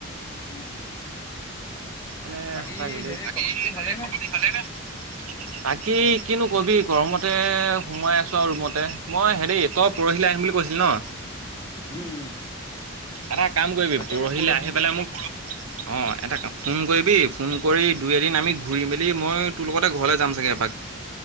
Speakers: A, on the left; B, on the right.
A: উম উম
B: মানে
A: বাকী
B: সঁচাকে দেই,
A: হেৰি
B: বাকি
A: খবৰ খাতি
B: এই
A: ভালেই
B: সকলোৰে
A: নে?
B: ভালে নে বাকি কিনো কবি, গৰমতে সোমাই আছো আৰু ৰুমতে মই হেৰি তই,
A: অ',
B: পৰহিলৈ
A: অ',
B: আহিম বুলি কৈছিলি ন
A: উম, উম,
B: এটা কাম কৰিবি,
A: তাকে
B: পৰহিলৈ
A: মই পৰহি
B: আহি পেলাই মোক অ', এটা ফোন কৰিবি, ফোন কৰি দুই এদিন আমি ঘূৰি মেলি মই, তোৰ লগতে ঘৰলৈ যাম চাগে এপাক